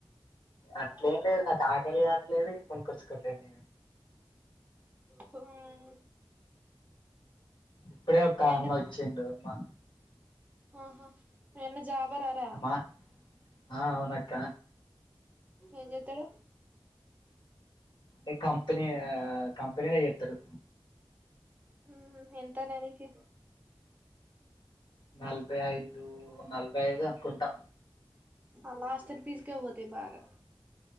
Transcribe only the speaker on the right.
హ్మ్
మ
అహా ఎన్న జాబారారా
ఏం చేత్తుడు
హ్మ్ హు ఎంత నెలకి
అలాస్ట్ తెస్కక పోతే బగా